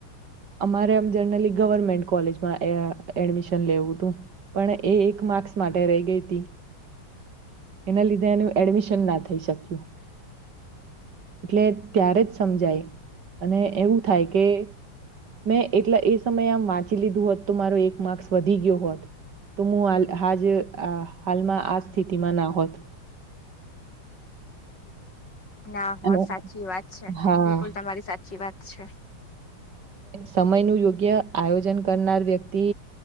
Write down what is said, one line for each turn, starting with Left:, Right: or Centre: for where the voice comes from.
Right: અમારે આમ જનરલી ગવર્મેન્ટ કોલેજમાં એ અ એડમિશન લેવું તું પણ એ એક માર્ક્સ માટે રહી ગઈ હતી એના લીધે એનું એડમિશન ના થઈ શક્યું. એટલે ત્યારે જ સમજાય અને એવું થાય કે મેં એટલા એ સમયે આમ વાંચી લીધું હોત તો મારો એક માર્ક્સ વધી ગયો હોત તો હું હાલ હાજ હાલમાં આ સ્થિતિમાં ના હોત <inaudible>
Left: ના, હો
Right: અને
Left: સાચી વાત છે,
Right: હા
Left: બિલકુલ તમારી સાચી વાત છે.
Right: સમય નું યોગ્ય આયોજન કરનાર વ્યક્તિ